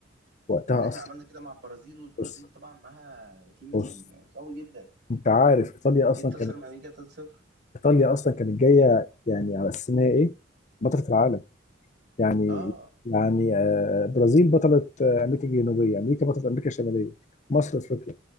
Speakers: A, on the left (about 40°); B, on the right (about 60°).
A: وقتها
B: يعني احنا
A: اصلا
B: عملنا كده مع البرازيل والبرازيل
A: بص
B: طبعا معاها تيم
A: بص
B: قوي جدا
A: انت عارف ايطاليا
B: جيت
A: اصلا
B: تخسر من امريكا 3-0
A: ايطاليا اصلا كانت جايه يعني على اساس ان هي ايه بطله العالم يعني
B: اه
A: يعني آه، برازيل بطله آه، امريكا الجنوبيه امريكا بطله امريكا الشماليه مصر افريقيا